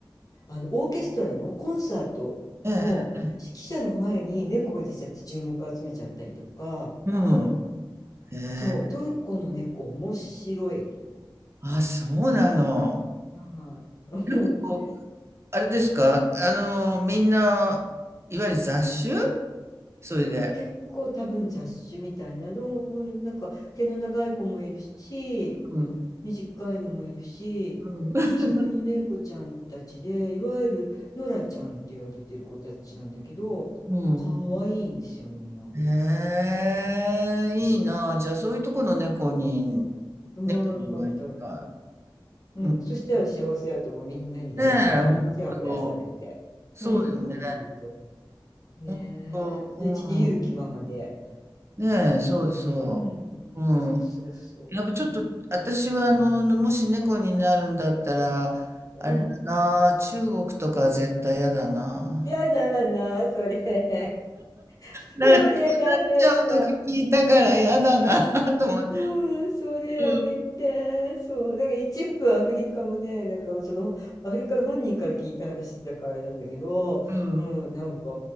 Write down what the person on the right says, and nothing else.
ええ。うん。へえ。
あ、そうなの。
なんかこう、
あれですか、あの、みんな、いわゆる雑種？それで。
うん。
うん。<laughs>
うん。
へえ、いいな。じゃあ、そういうとこの猫に、
猫になりたい。
うん、
ねえ、ほんと。
そうよね。
ほんと。うん。
ねえ、そうそう。
うん。
やっぱちょっと、
私は、あの、もし猫になるんだったら、
あれだな、中国とか絶対嫌だな。
なんか、
食べられちゃうとか聞いたから嫌だな、と思って。
うん。
うん